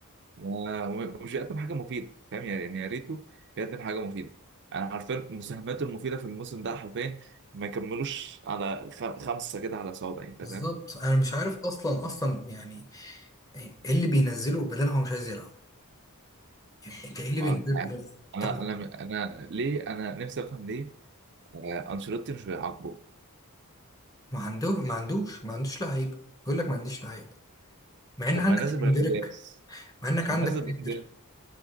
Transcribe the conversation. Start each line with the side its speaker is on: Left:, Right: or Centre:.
Right: و- ومش بيقدم حاجه مفيده فاهم يعني يعني يا ريته بيقدم حاجه مفيده انا عارفين مساهماته المفيده في الموسم ده حرفيا ما كملوش على خ- خمسه كده على صوابع انت
Left: بالظبط
Right: فاهم
Left: انا مش عارف اصلا اصلا يعني ايه اللي بينزله بدل هو مش عايز يلعب يعني انت ايه اللي
Right: ما
Left: بينزله
Right: انت عارف.
Left: بدل
Right: انا
Left: طب
Right: انا انا ليه انا نفسي افهم ليه آه، انشيلوتي مش بيعاقبه
Left: ما عنده ما عندوش ما عندوش لعيبه بيقول لك ما عنديش لعيبه مع ان
Right: طب
Left: عندك
Right: ما ينزل ابراهيم
Left: اندريك
Right: دياز
Left: مع انك عندك
Right: نزل ابراهيم
Left: اندريك
Right: دياز